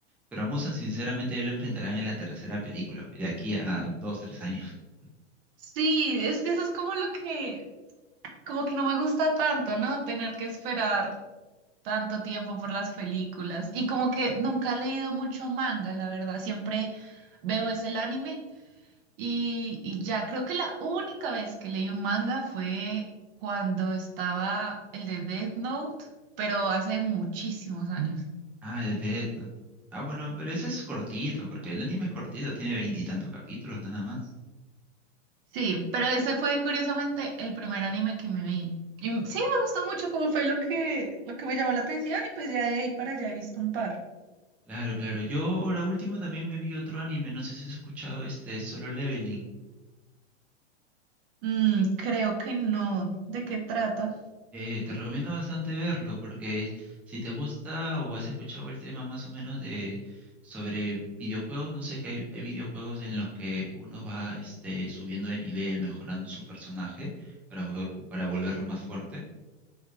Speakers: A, in the centre; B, on the right (about 50°).
A: Pero a Musan, sinceramente, ya lo enfrentarán en la tercera película, pues, de aquí a dos, tres años. <laughs>
B: Sí, es que eso es como lo que como que no me gusta tanto, ¿no? Tener que esperar tanto tiempo por las películas. Y como que nunca he leído mucho manga, la verdad. Siempre veo es el anime y, y ya creo que la única vez que leí un manga fue cuando estaba el de Death Note, pero hace muchísimos años.
A: Ah, de Death Note. Ah, bueno, pero ese es cortito, porque el anime es cortito, tiene veintitantos capítulos nada más.
B: Sí, pero ese fue curiosamente el primer anime que me vi. Y m- sí, me gustó mucho como fue lo que, lo que me llamó la atención y pues ya de ahí para allá he visto un par.
A: Claro, claro. Yo ahora último también me vi otro anime, no sé si has escuchado este, Solo Leveling.
B: Mm, creo que no. ¿De qué trata?
A: Eh, te recomiendo bastante verlo porque es- si te gusta o has escuchado el tema más o menos de sobre videojuegos, no sé que hay, hay videojuegos en los que uno va este, subiendo de nivel, mejorando su personaje para, vo- para volverlo más fuerte,